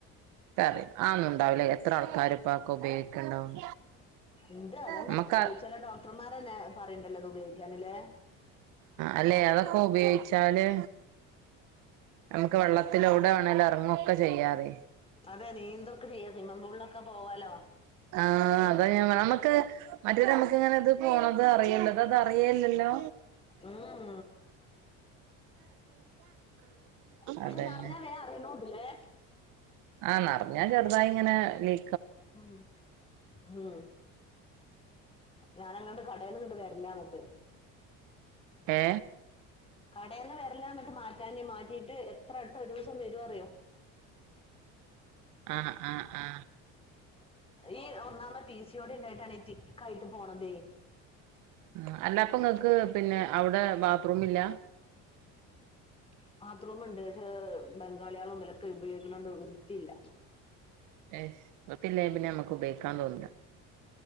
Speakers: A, on the right; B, on the left.
A: കറി ആ ഒന്നും ഉണ്ടാവില്ല എത്ര ആൾക്കാരും അതൊക്കെ ഉപയോഗിക്കുന്നുണ്ടാവും
B: ഉണ്ട് അതന്നെ
A: നമ്മക്ക്
B: ഏഹ് ചില ഡോക്ടർമാരന്നെ പറയണ്ടല്ലോ ഇത് ഉപയോഗിക്കാനില്ലേ
A: അല്ല അതൊക്കെ ഉപയോഗിച്ചാല് നമ്മക്ക് വെള്ളത്തില് ഓ എവിടെ വേണേലും ഇറങ്ങുവൊക്കെ ചെയ്യാവേ
B: അതെ നീന്തൊക്കെ ചെയ്യാ സ്വിമ്മിംഗ് പൂളിലൊക്കെ പോവാലോ
A: ആ അതാ ഞാൻ പറഞ്ഞേ നമ്മുക്ക് മറ്റേത് നമ്മുക്ക് ഇങ്ങനെ ഇത് പോണത് അറിയണ്ടത് അത് അറിയേ ഇല്ലല്ലോ
B: ഉം പക്ഷെ
A: അതന്നെ
B: നിറഞ്ഞാ വേഗം അറിയണോണ്ടില്ലേ
A: ആ നറഞ്ഞാൽ ചെറുതായി ഇങ്ങനെ ലീ
B: ഉം ഉം ഞാൻ അങ്ങോട്ട് കടേൽന്ന് ഇങ്ങട്ട് വരണ്ടാറഞ്ഞിട്ട്
A: ഏ
B: കടേന്ന് വര്ല്ലാന്നിട്ട് മാറ്റാന് മാറ്റീട്ട് എത്രട്ടം ഒരൂസം വരോറിയോ
A: ആ ആ ആ
B: ഈ ഒന്നാമത് പി സിയോടീ ഉണ്ടായിട്ടാണ് ഈ ത തിക്കായിട്ട് പോണത്
A: ഉം അല്ലപ്പങ്ങൾക്ക് പിന്നെ അവിടെ ബാത്ത് റൂമ് ഇല്ലാ
B: ബാത്രൂമ്ണ്ട് പക്ഷേ ബംഗാളിആളും വിലക്കെ ഉപയോഗിക്കണോണ്ട് വൃത്തിയില്ല
A: എയ്ഷ് വൃത്തിയില്ലേൽ പിന്നെ നമ്മുക്ക് ഉപയോഗി ക്കാൻ തോന്നുല്ലാ